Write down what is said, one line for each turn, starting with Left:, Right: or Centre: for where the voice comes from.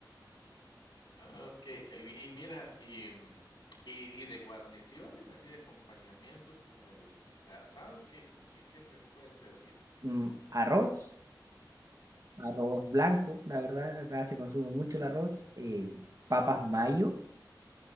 Left: Ok, y, y mira, y, mm, y, y de guarniciones, así de acompañamientos con el asado, ¿qué, qué, qué les pueden servir?
Right: Mm, Arroz.
Left: Mm,
Right: arroz blanco, la verdad, acá se consume mucho el arroz, eh, papas mayo,